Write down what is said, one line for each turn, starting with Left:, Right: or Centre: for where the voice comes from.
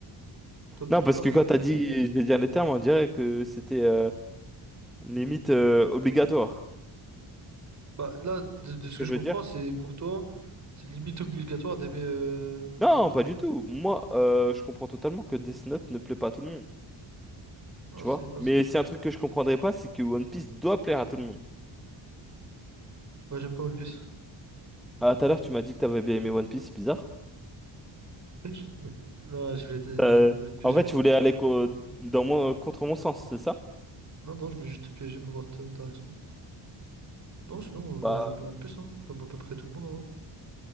Right: Toi, peut-être
Centre: Non, parce
Right: pas,
Centre: que
Right: mais
Centre: quand
Right: moi,
Centre: t'as
Right: je m'ennuie.
Centre: dit, je vais dire les termes, on dirait que c'était euh, limite euh, obligatoire.
Right: Bah là, de, de
Centre: C'est
Right: ce
Centre: ce
Right: que
Centre: que
Right: je
Centre: je
Right: comprends,
Centre: veux dire?
Right: c'est pour toi, c'est limite obligatoire d'aimer euh...
Centre: Non,
Right: Death Note.
Centre: pas du tout. Moi, euh, je comprends totalement que Death Note ne plaît pas à tout le monde,
Right: Non,
Centre: tu vois.
Right: c'est éteint,
Centre: Mais
Right: c'est éteint.
Centre: c'est un truc que je comprendrais pas, c'est que One Piece doit plaire à tout le monde.
Right: Ouais, j'aime pas One Piece.
Centre: Ah, tout à l'heure, tu m'as dit que t'avais bien aimé One Piece, c'est bizarre.
Right: <laughs> Non, je voulais te...
Centre: Euh,
Right: je voulais te piéger.
Centre: en fait, tu voulais aller co- dans mon- contre mon sens, c'est ça?
Right: Non, non, je voulais juste te piéger pour voir ta, ta réaction. Non, sinon, euh, bah,
Centre: Bah,
Right: j'aime bien One Piece, hein, comme à peu près tout le monde, en vrai.